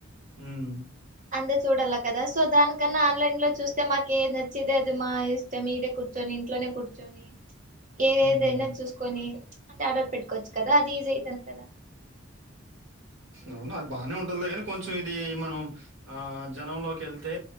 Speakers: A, on the right; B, on the right.
A: ఉమ్
B: అంతే చూడాల కదా సో దానికన్నా ఆన్లైన్ లో చూస్తే మాకు ఏ నచ్చేదే అది మా ఇష్టం ఇడే కూర్చొని ఇంట్లోనే కూర్చొని ఏ
A: హ్మ్.
B: ఏదైనా చూసుకొని అంటే ఆర్డర్ పెట్టుకోవచ్చు కదా అది ఈజీ అవు
A: అవునా అది బానే ఉంటదిలేగాని కొంచం ఇది మనం ఆ జనంలోకి వెళ్తే